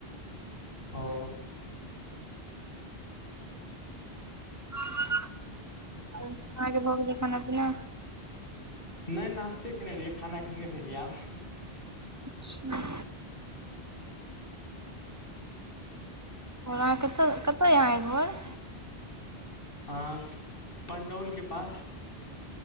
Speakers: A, on the left (about 60°); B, on the right (about 15°).
A: ओ।
B: अहा के भ गेलै खाना- पिना?
A: नय नाास्ते केने रहियै, खाना अखने नहि भेलियै, आब
B: अच्छा! और अहाँ कतय, कतय यए अहाँ के घर?
A: आय, पण्डौल के पास।